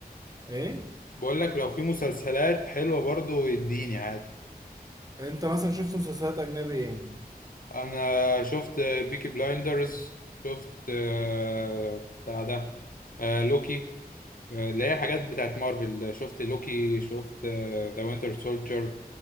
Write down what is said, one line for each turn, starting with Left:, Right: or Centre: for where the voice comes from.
Right: ايه
Left: بقول لك لو في مسلسلات حلوة برضو يديني عادي
Right: انت مثلا شفت مسلسلات اجنبي ايه
Left: انا شفت بيكي بلايندرز شفت آه، بتاع ده آه، لوكي آه، اللي هي حاجات بتاعت مارفل شفت لوكي شفت ذا وينتر سولجر